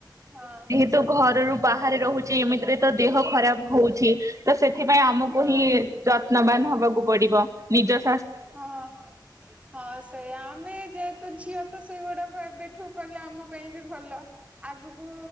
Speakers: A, on the right; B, on the right.
A: ହଁ।
B: ଯେହେତୁ ଘରରୁ ବାହାରେ ରହୁଛି ଏମିତିରେ ତ । ତ ଦେହ ଖରାପ ହଉଛି । ତ ସେଥିପାଇଁ ଆମକୁ
A: ହଁ।
B: ହିଁ ଯତ୍ନବାନ ହବାକୁ ପଡିବ ନିଜ ।
A: ହଁ ହଁ ସେଇଆ ଆମେ ଯେ । ତ ଝିଅ ତ ସେଇଗୁଡାକ ଏବେଠୁ କଲେ ଆମ ପାଇଁ ବି ଭଲ ଆଗକୁ